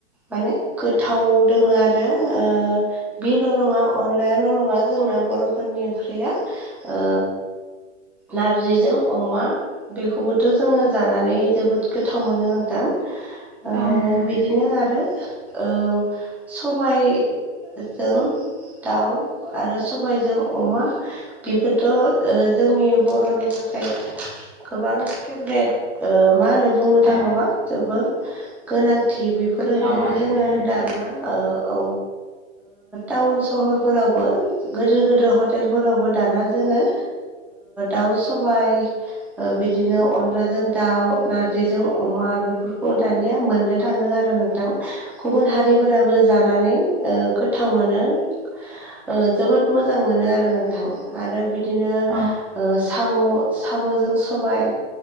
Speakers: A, in the centre; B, on the right (about 25°).
A: माने गोथाव दोङो आरो ओ बिल' नङा अनलायाल' नङा जोंना बर'फोरनि ओंख्रिया ओ नारजिजों अमा बेखौबोथ' जोङो जानानै जोबोद गोथाव मोनो नोंथां। ओ
B: औ नंगौ
A: बिदिनो आरो औ सबाय जों दाउ आरो सबायजों अमा बेफोरथ' जोंनि बर'नि थाखाय गोबां फेभ्रेट मा होनो बुंनो थाङोबा
B: औ
A: ज गोनांथि बे बेफोर ओंख्रिखौ
B: थाव आरो
A: जोङो
B: गोनांथि
A: दाना औ टाउन सहरफोरावबो गिदिर गोिदिर हटेलफोरावबो दाना जोङो दाउ सबाय ओ बिदिनो अनलाजों दाउ नारजिजों अमा बेफोरखौ दानिया मोननो थाङो आरो नों थां गुबुन हारिफोराबो जानानै गोथाव मोनो। ओ जोबोद मोजां मोनो आरो नों थां आरो बिदिनो
B: औ
A: ओ साम' साम'जों सबाय